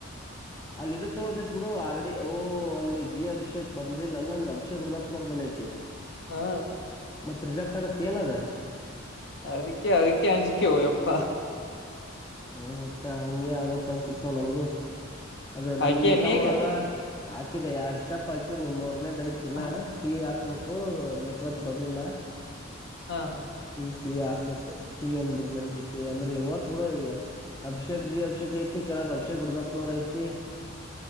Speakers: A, on the left; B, on the left.
A: ಅಲ್ಲಿ ಇದ ತೊಳತೈತ್ ಬಿಡು ಆಲ್ರೆಡಿ ಓಹ ಅಲ್ಲಿ ಜಿ ಅಭಿಷೇಕ್ ಬಂದಿಲ್ಲಲ್ಲಂದ ಅಭಿಷೇಕ್ ಡದಪ್ನವರ್ ಬಂದೈತಿ
B: ಹಾ
A: ಮತ್ತ ರಿಸೆಕ್ಟ್ ಆಗತ್ತೆ ಏನದ
B: ಅದಕ್ಕೆ ಅದಕ್ಕೆ ಅಂಜಿಕೆಯೋ ಅಪ್ಪ
A: ಹ್ಮ ಮತ್ತೆ ಹಂಗೆ ಆಗತ್ ಅನ್ಸುತ್ತ ನ ನನ್ಗು ಅದ ನಂದು
B: ಆಕೆ
A: ಇನ್ಕಮ್
B: ನೀಗ
A: ಒಳಗ ಹಾಕಿದೆ ಎರಡ್ ಸ್ಟೆಪ್ ಹಾಕಿ ನಿಮ್ ಮೂರ್ನೆೇದು ಐತಿ ಇನ
B: ಹ
A: ಆ ಮಕ್ಕು ನೆಟ್ವರ್ಕ್ ಬರ್ಲಿಲ್ಲ
B: ಹಾ ಹಾ
A: ಫೀ ಫೀ ಹಾಕ್ಬೇಕು ಫೀ ಏನ್ ಬಿಡು ನಡಿತೈತಿ ಅಂದ್ರೆ ಓತ್ ಬಿಡು ಈಗ ಅಭಿಷೇಕ್ ಜಿ ಅಭಿಷೇಕ್ ಐತಿ ಕೆಳಗ್ ಅಭಿಷೇಕ್ ಹುಡದಪ್ನೋರ್ ಐತಿ